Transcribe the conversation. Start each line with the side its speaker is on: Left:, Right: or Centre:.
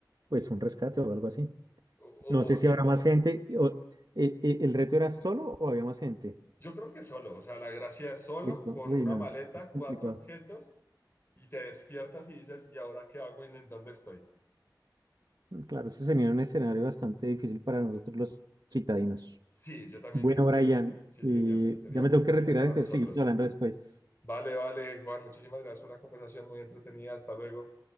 Right: pues un rescate o algo así.
Left: O,
Right: No sé
Left: o
Right: si
Left: sí,
Right: habrá más gente. o- ¿el, el- el reto era solo o había más gente?
Left: yo creo que solo, o sea, la gracia es solo
Right: Listo.
Left: con
Right: Uy,
Left: una
Right: no,
Left: maleta,
Right: es complicado.
Left: cuatro objetos y te despiertas y dices, ¿y ahora qué hago y en dónde estoy?
Right: Claro, eso sería un escenario bastante difícil para nosotros los citadinos.
Left: Sí, yo también
Right: Bueno,
Left: digo
Right: Brian,
Left: que sí,
Right: eh,
Left: señor, sería
Right: ya me
Left: muy
Right: tengo
Left: difícil
Right: que retirar,
Left: para
Right: entonces
Left: nosotros.
Right: seguimos hablando después.
Left: Vale, vale, Juan, muchísimas gracias por la conversación, muy entretenida, hasta luego.